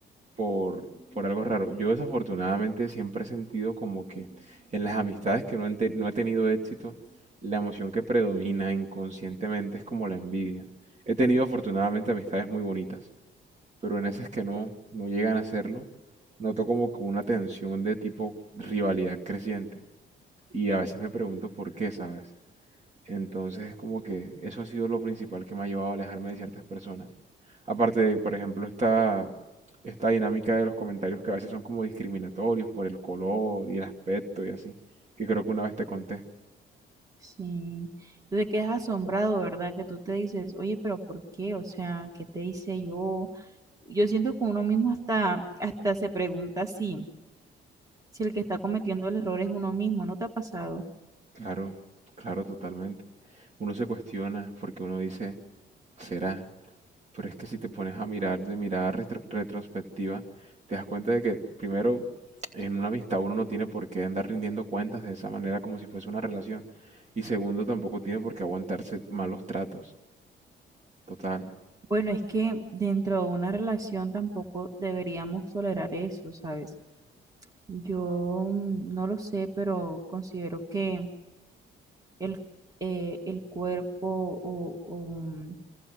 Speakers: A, on the right; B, on the right.
A: por, por algo raro. Yo desafortunadamente siempre he sentido como que en las amistades que no han te- no he tenido éxito, la emoción que predomina inconscientemente es como la envidia. He tenido afortunadamente amistades muy bonitas pero en esas que no, no llegan a hacerlo, noto como que una tensión de tipo rivalidad creciente. Y a veces me pregunto por qué, ¿sabes? Entonces es como que eso ha sido lo principal que me ha llevado a alejarme de ciertas personas. Aparte de, por ejemplo, esta, esta dinámica de los comentarios que a veces son como discriminatorios por el color y el aspecto y así, que creo que una vez te conté.
B: Sí. Te quedas asombrado, ¿verdad? Que tú te dices, oye, pero ¿por qué? O sea, ¿qué te hice yo? Yo siento que uno mismo hasta, hasta se pregunta si, si el que está cometiendo el error es uno mismo, ¿no te ha pasado?
A: Claro, claro, totalmente. Uno se cuestiona porque uno dice, ¿será? Pero es que si te pones a mirar de mirada retro- retrospectiva, te das cuenta de que primero en una amistad uno no tiene por qué andar rindiendo cuentas de esa manera como si fuese una relación. Y segundo, tampoco tiene por qué aguantarse malos tratos. Total.
B: Bueno, es que dentro de una relación tampoco deberíamos tolerar eso, ¿sabes? Yo mm, no lo sé, pero considero que el, eh, el cuerpo o, o, mm,